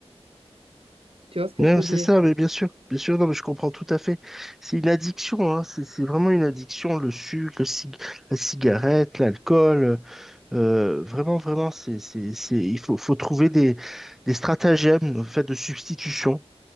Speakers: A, on the right; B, in the centre.
A: Tu vois ce que
B: Non,
A: je veux
B: c'est
A: dire?
B: ça, mais bien sûr, bien sûr, non, mais je comprends tout à fait. C'est une addiction, hein, c'est c'est vraiment une addiction, le sucre, le cig- la cigarette, l'alcool. euh, vraiment, vraiment, c'est, c'est, c'est, il faut, faut trouver des, des stratagèmes, en fait, de substitution.